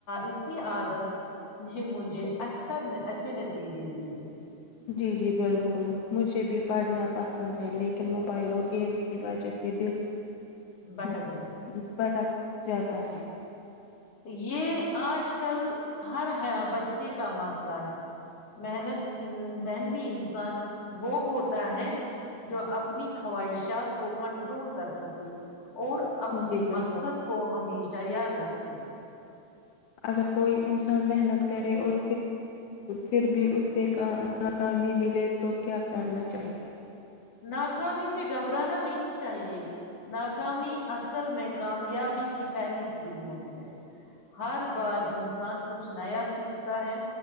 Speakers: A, on the left; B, on the left.
A: اسی آادت نے مجھے اچھا اچھے نتیجے دیے
B: جی جی بالکل مجھے بھی پڑھنا پسند ہے لیکن موبائل اور گیمس کی وجہ سے دل
A: بٹک
B: ہ
A: جاتا ہے۔
B: ہ بٹات جاتا ہے
A: یہ آج کل ہر بچے کا مسئلہ ہے محنت محنتی انسان وہ ہوتا ہے جو اپنی خواہشات کو کنٹرول کر سکے اور اپنے
B: جی بالکل
A: مقصد کو ہمیشہ یاد رکھیں
B: اگر کوئی انسان محنت کرے اور پھر بھی اس سے کہا ناکامی ملے تو کیا کرنا چاہیے
A: ناکامی سے گھبرانا نہیں چاہیے ناکامی اصل میں کامیابی کی پہلی سیڑھی ہوتی ہے ہر بار انسان کچھ نیا سیکھتا ہے